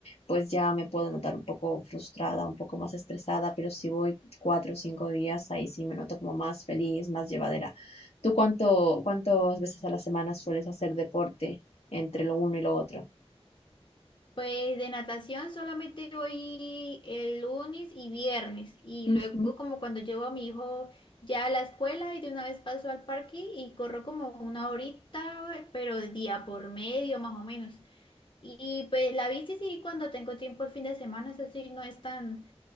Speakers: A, on the left; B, on the left.
A: pues ya me puedo notar un poco frustrada, un poco más estresada. Pero si voy cuatro o cinco días, ahí sí me noto como más feliz, más llevadera. ¿Tú cuánto, cuántas veces a la semana sueles hacer deporte? entre lo uno y lo otro.
B: Pues de natación solamente voy el lunes y viernes y
A: Ujú,
B: luego como cuando llevo a mi hijo ya a la escuela y de una vez paso al parque y corro como una horita, eh, pero día por medio más o menos. Y pues la bici sí cuando tengo tiempo el fin de semana, eso sí no es tan